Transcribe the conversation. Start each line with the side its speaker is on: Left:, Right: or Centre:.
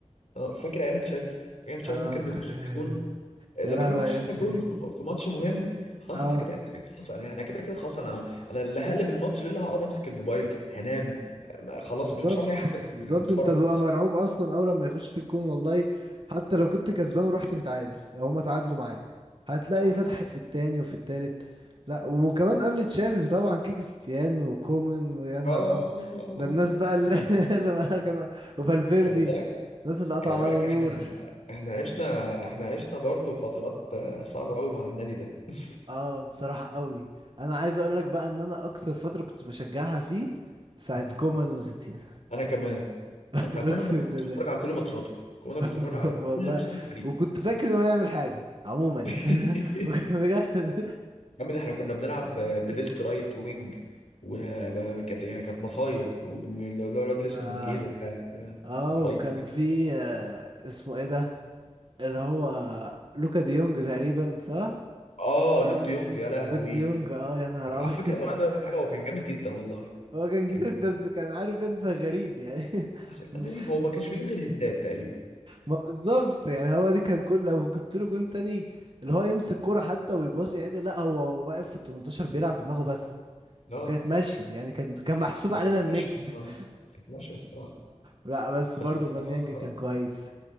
Left: اه فاكر ايام تشافي فاكر ايام تشافي
Right: انا
Left: لما كان بيخش
Right: <laughs>
Left: فيها جون لما
Right: يا لهوي
Left: كان بيخش
Right: يا
Left: فيها
Right: شبي
Left: جون في في ماتش مهم خلاص
Right: اه
Left: انت كده انت خلاص انا انا كده كده خلاص انا انا اللي هقلب الماتش ليه، اللي هقعد امسك الموبايل هنام ما- خلاص
Right: بالظبط
Left: مش هعمل اي حاجه
Right: بالظبط
Left: غير اتفرج
Right: انت بتبقى
Left: بس
Right: مرعوب اصلا اول لما يخش في الجون والله حتى لو كنت كسبان ورحت متعادل لو هما تعادلوا معاك هتلاقي
Left: صح
Right: فتحت في التاني وفي التالت لا وكمان قبل تشافي طبعا كيكستيان وكومان ويا نهار
Left: اه اه
Right: ابيض
Left: اه اه
Right: ده
Left: اه
Right: الناس
Left: اه. آه.
Right: بقى اللي <laughs> اللي بقى كان وفالفيردي
Left: خلي بالك
Right: الناس اللي قطع
Left: خلي
Right: ميه
Left: بالك
Right: ونور
Left: احنا احنا عشنا احنا عشنا برضو فترات آه، صعبه قوي مع النادي ده <laughs>
Right: اه بصراحة قوي انا عايز اقول لك بقى ان انا اكتر فترة كنت بشجعها فيه ساعة
Left: مم.
Right: كومان وستين
Left: انا كمان
Right: <laughs>
Left: أنا كومان
Right: اقسم
Left: ده أنا
Right: بالله
Left: كنت بتفرج على كل ماتشاته كومان ده
Right: <laughs>
Left: كنت بتفرج على
Right: والله
Left: كل ماتشات الفريق
Right: وكنت فاكر انه هيعمل حاجة عموما يعني
Left: <laughs>
Right: <laughs> وكان بجد
Left: يا عم ده احنا كنا بنلعب بديست رايت وينج وكانت يعني كانت مصايب وبم- اللي هو الواد اللي اسمه
Right: اه
Left: منجيزة ده ده
Right: آه،
Left: الرايت
Right: وكان في آه اسمه ايه ده اللي هو لوكا ديونج تقريبا صح؟
Left: اه لوك ديونج يا لهوي
Right: لوكا ديونج اه يا نهار
Left: على
Right: ابيض
Left: فكرة أنا عايز اقول لك حاجة هو كان جامد جدا والله
Right: <laughs> هو كان
Left: كان
Right: جامد
Left: جامد.
Right: بس كان عارف انت غريب يعني <laughs>
Left: بس كان
Right: مش
Left: غريب هو ما كانش بيجيب غير هدات تقريبا
Right: ما بالظبط يعني هو دي كان كل لو جبت له جون تاني اللي هو يمسك كرة حتى ويباصي عادي لا هو واقف في ال 18 بيلعب بدماغه بس
Left: اه
Right: وكانت ماشية يعني كان كان محسوب
Left: كانت
Right: علينا النجم
Left: ماشية الصراحة.
Right: <laughs>
Left: كانت ماشية الصراحة
Right: لا بس
Left: بس
Right: برضو
Left: الصراحة
Right: اوباميانج كان كويس